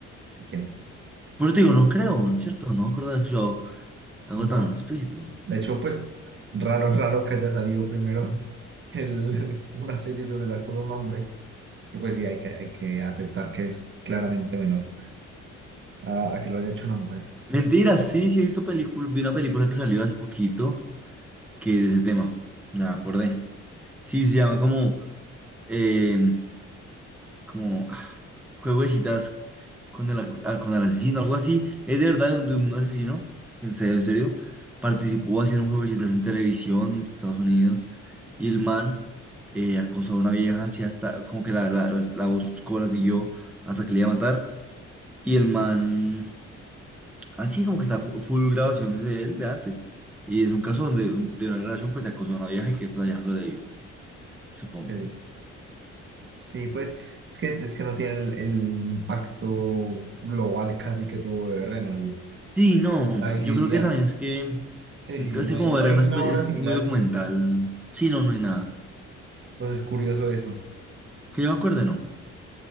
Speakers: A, on the right; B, in the centre.
A: si quieren.
B: Por eso te digo, no creo, ¿cierto? No me acuerdo de haber escuchado algo
A: No.
B: tan explícito.
A: De hecho, pues, raro, raro que haya salido primero el, <laughs> una serie sobre el acoso de un hombre, que pues sí, hay que, hay que aceptar que es claramente menor a, a que lo haya hecho una mujer.
B: Mentira, sí, sí he visto película, vi una película que salió hace poquito que es de ese tema. No me acordé. Sí, se llama como eh, como ah, juego de citas con el, ah, con el asesino, algo así. Es de verdad de un, de un asesino, en serio, en serio. Participó haciendo un juego de citas en televisión de Estados Unidos y el man eh, acosó a una vieja, así hasta como que la, la, la la buscó, la siguió hasta que le iba a matar. Y el man, así como que está fu- full grabaciones de él de antes. Y es un caso donde un- de una relación pues se acosó a una vieja y que pues, la vieja sobrevivió, supongo.
A: eh, Sí, pues es que, es que no tiene el, el impacto global casi que tuvo Berren, el-
B: Sí, no,
A: la visibilidad.
B: yo creo que también es que
A: Sí,
B: es que
A: sí,
B: casi
A: no hay,
B: como
A: no
B: ver
A: hay
B: una
A: una
B: espe-
A: obra
B: es
A: similar,
B: muy documental. Sí, no, no hay nada.
A: entonces es curioso eso.
B: Que yo me acuerde, no.